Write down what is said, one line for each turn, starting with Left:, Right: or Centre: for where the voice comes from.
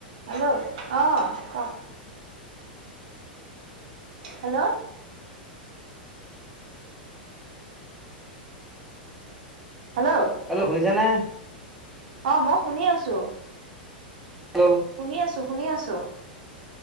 Right: Hello? অ' কক? Hello? Hello?
Centre: Hello শুনিছানে?
Right: অ' মই শুনি আছো।
Centre: হেল্ল'?
Right: শুনি আছো, শুনি আছো।